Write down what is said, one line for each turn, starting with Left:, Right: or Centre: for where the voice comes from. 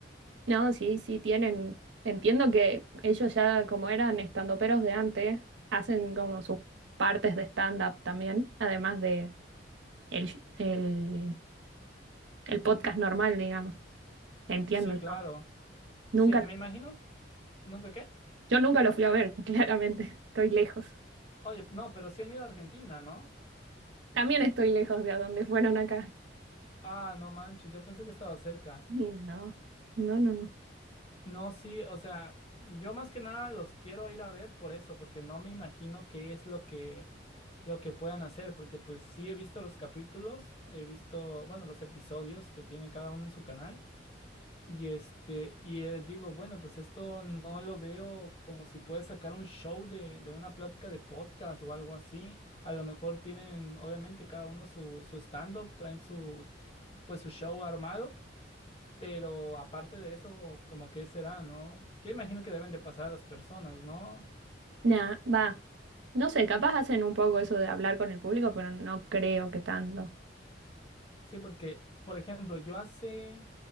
Right: No, sí, sí, tienen. Entiendo que ellos ya, como eran estandoperos de antes, hacen como sus partes de stand-up también, además de el, sh- el, el podcast normal, digamos. Entiendo
Left: Sí,
Right: yo.
Left: claro.
Right: Nunca
Left: Sí,
Right: lo,
Left: me imagino, ¿nunca qué?
Right: yo nunca lo fui a ver, <laughs> claramente. Estoy lejos.
Left: Oye, no, pero sí han ido a Argentina, ¿no?
Right: También estoy lejos de a dónde fueron acá.
Left: Ah, no manches, yo pensé que estaba cerca.
Right: No, no, no, no.
Left: No, sí, o sea, yo más que nada los quiero ir a ver por eso, porque no me imagino qué es lo que lo que puedan hacer, porque pues sí he visto los capítulos, he visto, bueno, los episodios que tiene cada uno en su canal y este y eh, digo, bueno, pues esto no lo veo como si puede sacar un show de de una plática de podcast o algo así. A lo mejor tienen obviamente cada uno su su stand-up, traen sus pues su show armado pero aparte de eso, como que será, ¿no? Yo imagino que deben de pasar a las personas, ¿no?
Right: Nah, va. No sé, capaz hacen un poco eso de hablar con el público, pero no creo que tanto.
Left: Sí, porque, por ejemplo, yo hace,